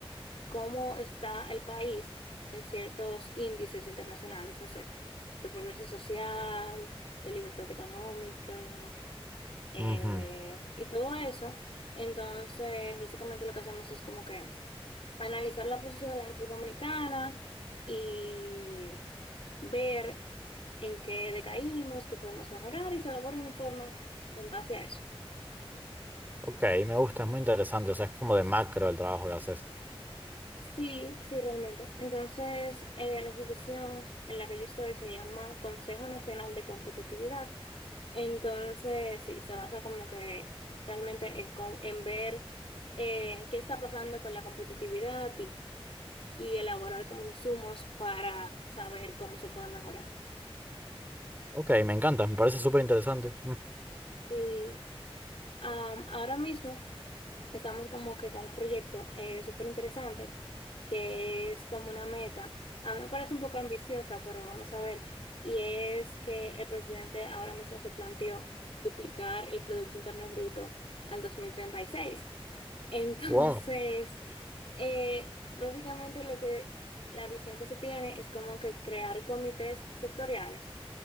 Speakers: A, on the left; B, on the right.
A: cómo está el país en ciertos índices internacionales, no sé, de progreso social, de libertad económica, eh,
B: Ujú.
A: y todo eso. Entonces, básicamente lo que hacemos es como que... analizar la posición de la República Dominicana y ver en qué decaímos, qué podemos mejorar y se elabora un informe en base a eso.
B: Ok, me gusta, es muy interesante, o sea, es como de macro el trabajo que haces.
A: Sí, sí, realmente. Entonces, eh, la institución en la que yo estoy se llama Consejo Nacional de Competitividad. Entonces, sí, se basa como que realmente en, co- en ver eh, qué está pasando con la competitividad y, y elaborar como insumos para saber cómo se puede mejorar.
B: Ok, me encanta, me parece súper interesante.
A: Sí. Am, ahora mismo estamos como que con un proyecto eh, súper interesante que es como una meta. A mí me parece un poco ambiciosa, pero vamos a ver. Y es que el presidente ahora mismo se planteó duplicar el Producto Interno Bruto al 2036. Entonces,
B: Wow.
A: <laughs> eh, básicamente lo que la visión que se tiene es como que crear comités sectoriales